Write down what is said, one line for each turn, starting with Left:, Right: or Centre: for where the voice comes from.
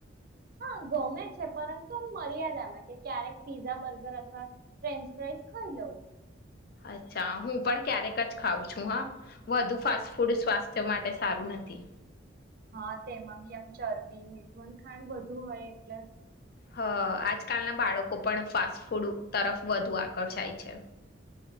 Right: હા ગમે છે પરંતુ એમ મર્યાદ આમાં કે ક્યારેક પીઝા બર્ગર અથવા ફ્રેન્ચ ફ્રાઈઝ ખાઈ લઉું
Left: અચ્છા હું પણ ક્યારેક જ ખાઉં છું હા વધુ ફાસ્ટ ફૂડ સ્વાસ્થ્ય માટે સારું નથી
Right: હા તેમાં બી આમ ચરબી મીઠું ખાણ બુ હોય એટલે
Left: હ આજકાલના બાળકો પણ ફાસ્ટ ફૂડ તરફ વધુ આકર્ષાય છે